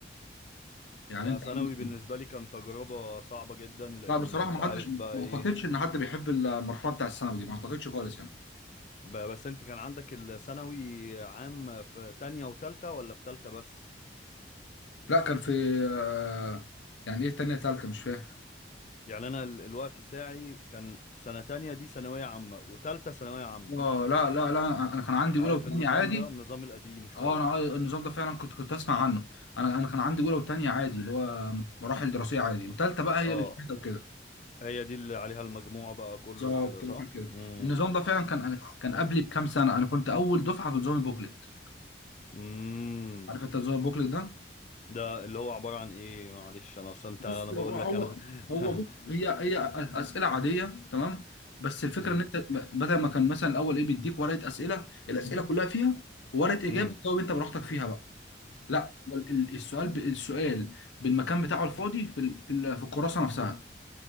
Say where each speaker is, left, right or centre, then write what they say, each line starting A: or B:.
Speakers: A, on the left; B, on the left.
A: يعني
B: لا
A: انت
B: ثانوي
A: عندك
B: بالنسبة لي كان تجربة صعبة جدا لأن
A: لا بصراحة
B: أنت
A: ما
B: عارف
A: حدش ما
B: بقى إيه
A: اعتقدش ان حد بيحب المرحلة بتاع الثانوي دي ما اعتقدش خالص يعني
B: ب- بس أنت كان عندك الثانوي عام في تانية وتالتة ولا في تالتة بس؟
A: لا كان في آه، يعني ايه تانية تالتة مش فاهم
B: يعني أنا ال- الوقت بتاعي كان سنة تانية دي ثانوية عامة وتالتة ثانوية عامة
A: اه لا لا لا انا كان عندي
B: عارف
A: اولى وثانية
B: النظام
A: عادي
B: ده النظام القديم شوية
A: اه انا عاي- النظام ده فعلا كنت كنت اسمع عنه انا انا كان عندي اولى وثانية عادي اللي هو مراحل دراسية عادي وثالثة بقى هي
B: اه
A: اللي شهادة وكده
B: هي دي اللي عليها المجموع بقى كله
A: بالظبط
B: وكده صح؟
A: هو كان كده
B: امم
A: النظام ده فعلا كان انا كان قبلي بكام سنة انا كنت اول دفعة في نظام البوكلت
B: امم
A: عارف انت نظام البوكلت ده
B: ده اللي هو عبارة عن إيه معلش أنا أصلا أنت
A: بص
B: أنا
A: هو
B: بقول
A: هو
B: لك أنا
A: هو
B: <laughs>
A: بص هي هي اسئله عاديه تمام بس الفكره
B: امم
A: ان انت بدل ما كان مثلا الاول ايه بيديك ورقه اسئله الاسئله كلها فيها ورقه اجابه
B: امم
A: تجاوب انت براحتك فيها بقى لا هو ال- ال- السؤال ب- السؤال بالمكان بتاعه الفاضي في ال- في ال- في الكراسه نفسها